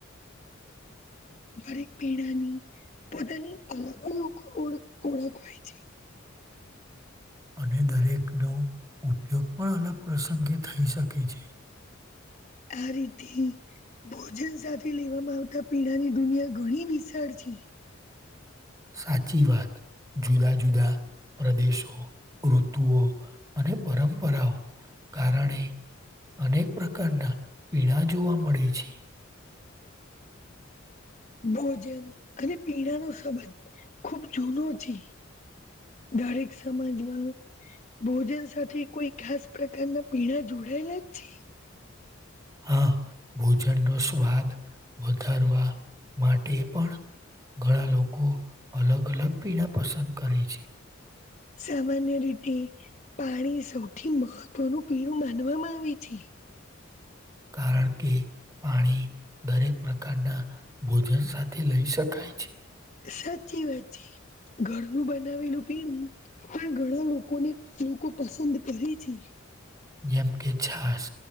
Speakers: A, on the left; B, on the right.
A: દરેક પીણાની પોતાની અલગ અલગ ઓળખ હોય છે
B: અને દરેકનો ઉપયોગ પણ અલગ પ્રસંગે થઈ શકે છે
A: આ રીતે ભોજન સાથે લેવામાં આવતા પીણાની દુનિયા ઘણી વિશાળ પી
B: સાચી વાત જુદા જુદા પ્રદેશો ઋતુઓ અને પરંપરાઓ કારણે અનેક પ્રકારના પીણા જોવા મળે છે
A: ભોજન અને પીણા ન સંબંધ ખુબ જૂનો છે દરેક સમાજમાં ભોજન સાથે કોઈ ખાસ પ્રકારના પીણા જોડાયેલા છે
B: હા ભોજનનો સ્વાદ વધારવા માટે પણ ઘણા લોકો અલગ અલગ પીણા પસંદ કરે છે
A: સામાન્ય રીતે પાણી સૌથી મહત્વનું પીણું માનવામાં આવે છે.
B: કારણ કે પાણી દરેક પ્રકારના ભોજન સાથે લઈ શકાય છે
A: સાચી વાત છે ઘરનું બનાવેલું પીણું પણ ઘણા લોકોને લોકો પસંદ કરે છે
B: જેમ કે છાસ